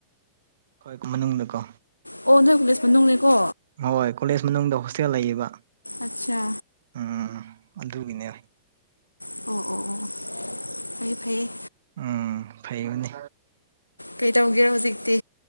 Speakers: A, on the right; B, on the left.
A: ꯑꯩꯈꯣꯏ ꯃꯅꯨꯡꯗꯀꯣ
B: ꯑꯣ ꯅꯣꯏ ꯀꯣꯂꯦꯁ ꯃꯅꯨꯡꯅꯦꯀꯣ
A: ꯍꯣꯏ ꯀꯣꯂꯦꯖ ꯃꯅꯨꯡꯗ ꯍꯣꯁꯇꯦꯜ ꯂꯩꯌꯦꯕ
B: ꯑꯠꯆꯥ
A: ꯎꯝ ꯑꯗꯨꯒꯤꯅꯦ
B: ꯑꯣ ꯑꯣ ꯑꯣ ꯐꯩ ꯐꯩꯌꯦ
A: ꯎꯝ ꯐꯩꯕꯅꯦ
B: ꯀꯩꯇꯧꯒꯦꯔꯣ ꯍꯧꯖꯤꯛꯇꯤ